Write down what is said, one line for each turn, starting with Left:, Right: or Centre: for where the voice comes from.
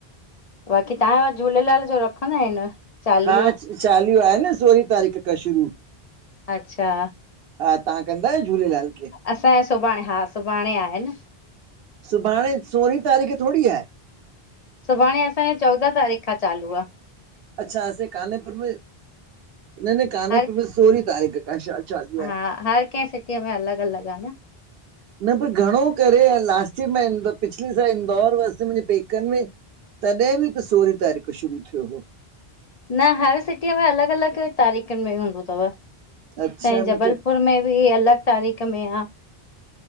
Left: बाक़ी तव्हां वटि झूलेलाल जो रखंदा आहिनि चालीहो?
Right: हा चालीहो आ न सोरहीं तारीख़ खां शुरू
Left: अच्छा
Right: हा तव्हां कंदा आहियो झूलेलाल खे
Left: असांजो सुभाण हा सुभाणे आहे न
Right: सुभाणे सोरहीं तारीख़ थोड़ेई आहे
Left: सुभाणे असांजो चोॾहं तारीख़ खां चालू आहे
Right: अच्छा असां जे कानपुर में न न कानपुर
Left: हर
Right: में सोरहीं तारीख खां आहे चालू आहे
Left: हा हर कंहिं सिटीअ में अलॻ अलॻ आहे न
Right: न पर घणो करे लास्ट में मां पिछली साल इंदौर हुअसि मुंहिंजे पेकनि में तॾहिं बि त सोरहीं तारीख़ खां शुरू थियो हो
Left: न हर सिटीअ में अलग- अलग तारीख़ुनि में हूंदो अथव असांजे
Right: अच्छा मूंखे
Left: जबलपुर में बि अलग तारीख़ में आ